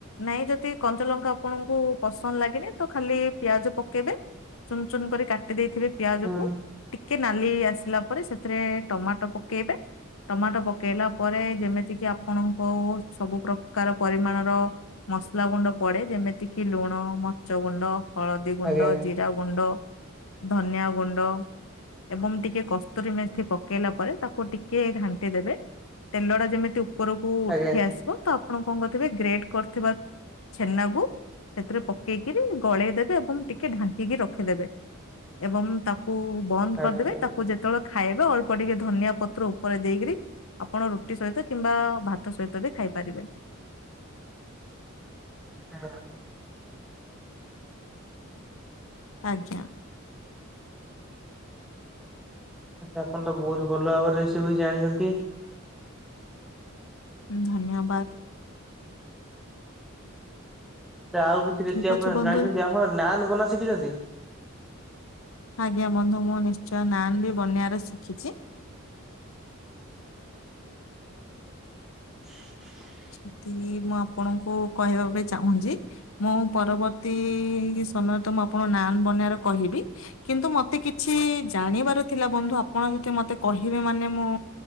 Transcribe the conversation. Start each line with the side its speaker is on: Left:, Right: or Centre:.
Left: ନାଇଁ ଯଦି କଞ୍ଚା ଲଙ୍କା ଆପଣଙ୍କୁ ପସନ୍ଦ ଲାଗିନି ତ ଖାଲି ପିଆଜ ପକେଇବେ ଚୁନ୍ ଚୁନ୍ କରି କାଟି ଦେଇେଥିବେ ପିଆଜକୁ
Centre: ହୁଁ
Left: ଟିକେ ନାଲି ଆସିଲା ପରେ ସେଥିରେ ଟମାଟୋ ପକେଇବେ ଟମାଟୋ ପକେଇଲା ପରେ ଯେମିତିକି ଆପଣଙ୍କୋ ସବୁ ପ୍ରକାର ପରିମାଣର ମସଲା ଗୁଣ୍ଡ ପଡେ ଯେମିତି କି ଲୁଣ, ମର୍ଚି ଗୁଣ୍ଡ, ହଳଦୀ ଗୁଣ୍ଡ,
Centre: ଆଜ୍ଞା
Left: ଜି ଜିରା ଗୁଣ୍ଡ, ଧନିଆ ଗୁଣ୍ଡ ଏବଂ ଟିକେ କସ୍ତୁରୀ ମେଥି ପକେଇଲା ପରେ ତାକୁ ଟିକେ ଘାଣ୍ଟି ଦେବେ, ତେଲଟା ଯେମି ଉପରକୁ ଉଠି
Centre: ଆଜ୍ଞା।
Left: ଆସିବ ତ ଆପଣ କଣ କରିଥିବେ ଗ୍ରେଟ କରିଥିବା ଛେନାକୁ ସେଥିରେ ପକେଇ କିରି ଗଳେଇ ଦବେ ଏବଂ ଟିକେ ଢାଙ୍କିକି ରଖିଦେବେ। ଏବଂ ତାକୁ ବନ୍ଦ
Centre: ଆଚ୍ଛା
Left: କରିଦେବେ
Centre: ଆଚ୍ଛା
Left: ତାକୁ ଯେତେବେଳେ ଖାଇବେ ଅଳ୍ପ ଟିକେ ଧନିଆ ପତ୍ର ଉପରେ ଦେଇକିରି ଆପଣ ରୁଟି ସହିତ କିମ୍ବା ଭାତ ସହିତ ବି ଖାଇପାରିବେ।
Centre: ଆଜ୍ଞା।
Left: ଆଜ୍ଞା।
Centre: ତ ଆପଣ ତ ବହୁତ ଭଲ ଭାବରେ ରେସିପି ଜାଣିଛନ୍ତି।
Left: ଧନ୍ୟବାଦ।
Centre: ସେ ଆଉ କିଛି ରେସିପି
Left: ଠିକ
Centre: ଆପଣ
Left: ଅଛି ବନ୍ଧୁ
Centre: ଜାଣିଛନ୍ତି, ଆପଣ ନାାନ ବନା ଶିଖିଛନ୍ତି?
Left: ଆଜ୍ଞା ବନ୍ଧୁ ମୁଁ ନିଶ୍ଚୟ ନାନ୍ ବି ବନେୟାର ଶିଖିଛି।
Centre: <inaudible>
Left: ଏତିକି ମୁଁ ଆପଣଙ୍କୁ କହିବା ପାଇଁ ଚାହୁଁଚି ମୁଁ ପରବର୍ତ୍ତୀ ସମୟ ତ ମୁଁ ଆପଣଙ୍କୁ ନାନ୍ ବନେଇବାର କହିବି କିନ୍ତୁ ମତେ କିଛି ଜାଣିବାର ଥିଲା ବନ୍ଧୁ ଆପଣ ଯଦି ମତେ କହିବେ ମାନେ ମୁଁ